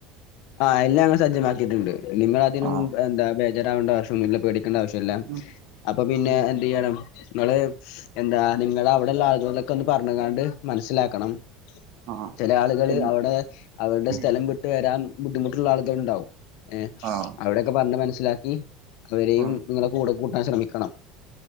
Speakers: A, on the left; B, on the right.
A: ആ എല്ലാം അങ്ങ് സജ്ജമാക്കിയിട്ടുണ്ട് നിങ്ങൾ അതിനൊന്നും
B: ആഹ്
A: എന്താ ബേജരാവേണ്ടാവശ്യമൊന്നുമില്ല പേടിക്ക ണ്ട ആവശ്യല്ല
B: ഉം
A: അപ്പൊ പിന്നെ
B: ഉം
A: എന്ത് ചെയ്യണം നിങ്ങള് എന്താ നിങ്ങള് അവിടെ ഉള്ള ആളുകളൊക്കെ ഒന്ന് പറഞ്ഞങ്ങാണ്ട് മനസ്സിലാക്കണം
B: ആഹ്
A: ചില ആളുകള്
B: പിന്നെ
A: അവിടെ അവരുടെ
B: ഉം
A: സ്ഥലം വിട്ടു വരാൻ ബുദ്ധിമുട്ടുള്ള ആളുകൾ ഉണ്ടാവും എ
B: ആഹ്
A: അവിടൊക്കെ പറഞ്ഞ് മനസ്സിലാക്കി അവരെയും
B: ആഹ്
A: നിങ്ങളെ കൂടെ കൂട്ടാൻ ശ്രമിക്കണം